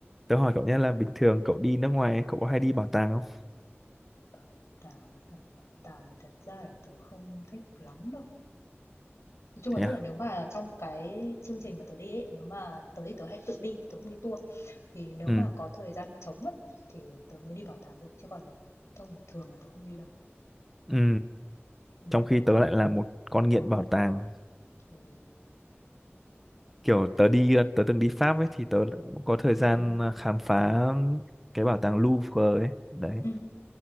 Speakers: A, in the centre; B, on the left.
A: tớ hỏi cậu nhé là bình thường cậu đi nước ngoài ấy, cậu có hay đi bảo tàng không
B: bảo tàng học bảo tàng thì thật ra là tớ không thích lắm đâu. Nói chung
A: thế
B: là tức
A: à
B: là nếu mà trong cái chương trình mà tớ đi ấy, nếu mà tớ thì tớ hay tự đi, tớ không đi tour. Thì nếu
A: ừ
B: mà có thời gian trống ấy thì tớ mới đi bảo tàng thôi, chứ còn nếu không thì thường là tớ không đi đâu.
A: ừ
B: Ừ.
A: trong khi tớ lại là một con nghiện bảo tàng
B: Ừ.
A: kiểu tớ đi tớ từng đi Pháp ấy thì tớ cũng có thời
B: Ừ.
A: gian à, khám phá cái bảo tàng Louvre ấy đấy
B: Ừ.